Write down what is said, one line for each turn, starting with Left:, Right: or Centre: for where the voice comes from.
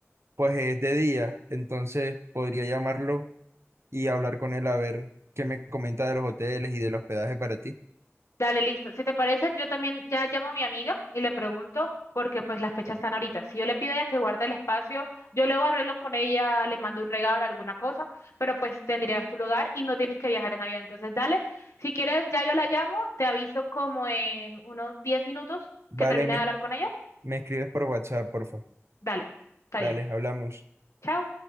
Right: pues es de día. Entonces, podría llamarlo y hablar con él a ver qué me comenta de los hoteles y del hospedaje para ti.
Left: Dale, listo. Si te parece, yo también ya llamo a mi amiga y le pregunto porque pues las fechas están ahorita. Si yo le pido a ella que guarde el espacio, yo luego arreglo con ella, le mando un regalo, alguna cosa, pero pues tendrías tu lugar y no tienes que viajar en avión. Entonces, dale, si quieres, ya yo la llamo, te aviso como en unos 10 minutos
Right: Vale,
Left: que termine
Right: me,
Left: de hablar con ella.
Right: me escribes por WhatsApp, por favor.
Left: Dale, está
Right: Vale,
Left: bien.
Right: hablamos.
Left: Chao.